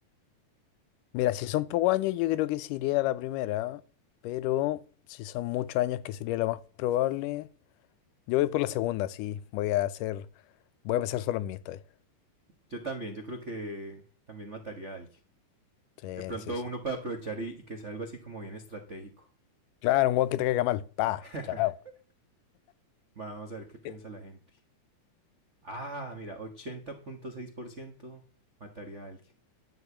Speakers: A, on the left; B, on the right.
A: Mira, si son pocos años, yo creo que sí iría a la primera, pero si son muchos años, que sería lo más probable, yo voy por la segunda, sí. Voy a hacer, voy a pensar solo en mí esta vez.
B: Yo también, yo creo que también mataría a alguien.
A: Sí,
B: De pronto
A: sí, sí.
B: uno puede aprovechar y, y que sea algo así como bien estratégico.
A: Claro, un weón que te caiga mal. Pa,
B: <laughs>
A: chao.
B: Vamos a ver qué piensa
A: ¿Qué?
B: la gente. Ah, mira, ochenta punto seis por ciento mataría a alguien.